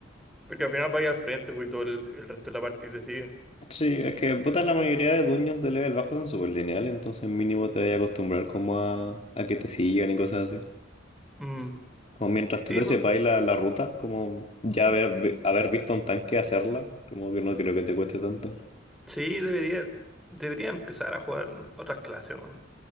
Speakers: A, in the centre; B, on the left.
A: Porque al final vaya al frente, pues y todo el, el resto de la partida te sigue.
B: Sí, es que, puta, la mayoría de dungeons de level bajo son súper lineales, entonces mínimo te vas a acostumbrar como a, a que te sigan y cosas así.
A: Mm,
B: Como mientras tú
A: Sí,
B: te
A: pues,
B: sepas la, la ruta, como ya haber, vi- haber visto a un tanque hacerla, como que no creo que te cueste tanto.
A: sí, debería, debería empezar a jugar otras clases, weón.